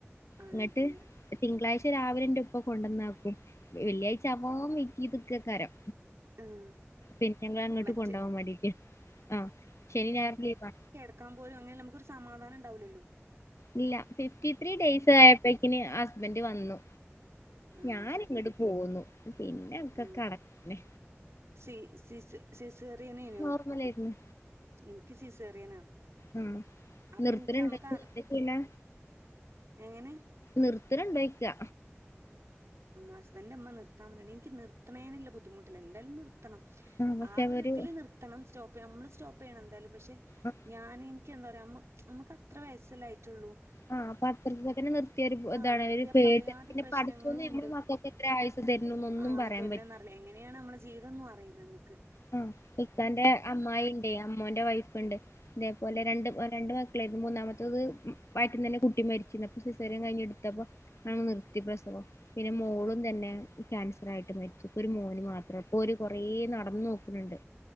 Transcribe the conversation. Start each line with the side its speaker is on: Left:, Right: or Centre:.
Right: അതെ.
Left: അങ്ങോട്ട് തിങ്കളാഴ്ച രാവിലെ ഇപ്പൊ കൊണ്ടന്നാക്കും വെള്ളിയാഴ്ചവാ വീയ്റ്റിത്ക്കെകരം.
Right: ആഹ്
Left: പിന്നെ ങ്ങ അങ്ങട്ട്
Right: മറ്റ്
Left: കൊണ്ടുവാൻ മേണ്ടിട്ടെ ആ ശനി ഞായർ ലീവാ.
Right: ക്കാൻ പോലും അങ്ങനെ നമുക്കൊരു സമാധാനം ഉണ്ടാവില്ലല്ലോ.
Left: ഇല്ല ഫിഫ്റ്റി ത്രീ ഡേയ്സ് ആയപ്പോക്കിന് ഹസ്ബൻഡ് വന്നു
Right: ആഹ്
Left: ഞാന
Right: ശരി.
Left: ഇങ്ങ പോന്നു പിന്നെ അക്ക
Right: ആഹ്
Left: കണകനെ
Right: സി സി സിസേറിയനേനു
Left: നോർമലായിരുന്നു.
Right: എനിക്ക് സിസേറിയനാ.
Left: ഉം
Right: അപ്പൊ
Left: നർത്ത്
Right: ഇൻക്ക്
Left: ണണ്ടകി
Right: അമ്മക്ക് അറി
Left: നിർത്തിയില്ല പിന്നെ
Right: എങ്ങനെ?
Left: നിർത്തല്ണ്ടായിക്ക?
Right: ഹസ്ബൻ്മ്മ നിർത്താൻ പറഞ്ഞ എനിക്ക് നിർത്തണേനുളള ബുദ്ധിമുട്ടില്ല എന്തായാലും നിർത്തണം.
Left: ആഹ് പക്ഷെ
Right: ആ ഒരി
Left: അവര്
Right: ഇതില് നിർത്തണം. സ്റ്റോപ്പ് നമ്മള് സ്റ്റോപ്പ് ചെയ്യണം എന്തായാലും. പക്ഷെ
Left: അ
Right: ഞന് എനിക്കെന്താ പറയാ നമുക്ക് അത്ര വയസല്ല ആയ്ട്ടുള്ളൂ.
Left: ആ പത്രത്തിലക്കനെ നിർത്തിയ ഒരു ഇതാണ്
Right: ആഹ് നിർത്തിയ
Left: ഒരു പേര്
Right: പലയാതി പ്രശ്നങ്ങളും
Left: പടി അ നമ്മടെ
Right: ഉണ്ട്.
Left: മക്കൾക്ക് എത്ര ആയുസ് തരണ് എന്നൊന്നും
Right: ആഹ്
Left: പറയാൻ
Right: തരുന്നേന്നറിയില്ല
Left: പ
Right: എങ്ങനെയാണ് നമ്മുടെ ജീവിതം ഒന്നും അറിയില്ല നമുക്ക്.
Left: ആ ഇക്കാന്റെ അമ്മായി ഉണ്ട് അമ്മോന്റെ വൈഫ്ണ്ട് ഇതേപോലെ
Right: ഉം
Left: രണ്ട് രണ്ട് മ മൂന്നാമത്തത് വാറ്റി തന്നെ കുട്ടി മരിച്ചിരുന്നു. അപ്പ സിസെറിയ്ൻ കഴിഞ്ഞ്ടുത്തപ്പോ ആ നിർത്തി പ്രസവം പിന്നെ മോളും തന്നെ ക്യാൻസർ ആയിട്ട് മരിച്ചു. ഒരു മോന് മാത്രം ഇപ്പോ ഒരു കൊറ നടന്ന് നോക്കുന്നുണ്ട്.